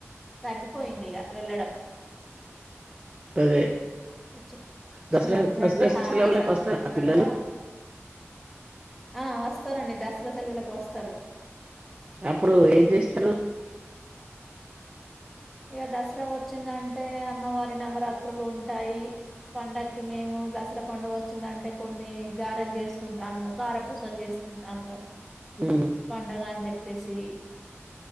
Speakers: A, in the centre; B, on the right.
A: తగ్గిపోయింది ఇగ వెళ్ళడం
B: అదే
A: ఎచి
B: దసరా
A: చిన్నప్పుడు
B: దసరా
A: అంటే హాలిడేస్
B: సెలవులకు
A: అచ్చినప్పుడల్లా
B: వస్తారా పిల్లలు
A: ఆ వస్తరండి దసరా సెలవులకు వస్తరు
B: అప్పుడు ఏం చేస్తారు
A: గ క దసరా వచ్చిందంటే అమ్మవారి నవరాత్రులు ఉంటాయి, పండకి మేము దసరా పండుగ వచ్చిందంటే కొన్ని గారెలు చేసుకుంటాము, కారపూసలు చేసుకుంటాము.
B: ఉమ్,
A: పండగా ఆన్ జెప్ పెసి